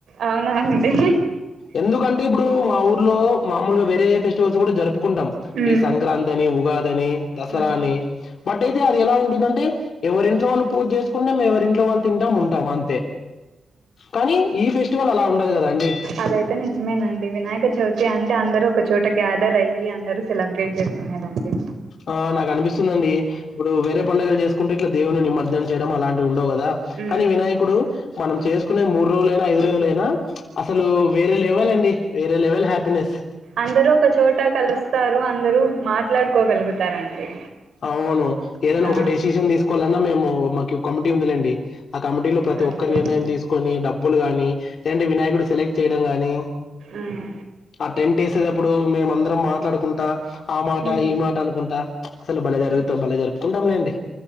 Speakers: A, on the right (about 70°); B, on the left (about 65°).
A: అవునా అండి
B: ఎందుకంటే ఇప్పుడు మా ఊర్లో మామూలుగా వేరే ఫెస్టివల్స్ కూడా జరుపుకుంటాం
A: ఉమ్
B: ఈ సంక్రాంతి అని ఉగాది అని దసరా
A: ఉమ్
B: అని బట్ అయితే అది ఎలా ఉంటుందంటే ఎవరింట్లో వాళ్ళు పూజ చేసుకున్నాం ఎవరి ఇంట్లో వాళ్ళు తింటాం ఉంటాం అంతే కానీ ఈ ఫెస్టివల్ అలా ఉండదు కదా అండి
A: అదైతే నిజమేనండి వినాయక చవితి అంటే అందరూ ఒకచోట గ్యాదర్ అయ్యి అందరూ సెలబ్రేట్ చే అనేదండి
B: ఆ నాకు అనిపిస్తుంది అండి ఇప్పుడు వేరే పండుగలు చేసుకుంటే ఇట్లా దేవుని నిమర్జనం చేయడం అలాంటి ఉండవు కదా
A: ఉమ్
B: కానీ వినాయకుడు మనం చేసుకునే మూడు రోజులైనా ఐదు రోజులైనా అసలు వేరే లెవెల్ అండి వేరే లెవెల్ హ్యాపీనెస్
A: అందరూ ఒక చోట కలుస్తారు అందరూ మాట్లాడుకోగలుగుతారండి
B: అవును ఏదనా
A: ఆ
B: ఒక డెసిషన్ తీసుకోవాలన్నా మేము మాకీ కమిటీ ఉందిలేండి ఆ కమిటీలో ప్రతి
A: ఆ
B: ఒక్కరూ
A: ఓకే
B: నిర్ణయం తీస్ కొని డబ్బులు గానీ లేదంటే వినాయకుడు సెలెక్ట్ చేయడం గానీ
A: ఉమ్
B: ఆ టెంట్ ఏసేటప్పుడు మేమందరం మాట్లాడుకుంటా ఆ మాట
A: ఉమ్
B: ఈ మాట అనుకుంటా అసలు భలే జరుగుతో
A: ఉమ్
B: భలే జరుపుకుంటాంలేండి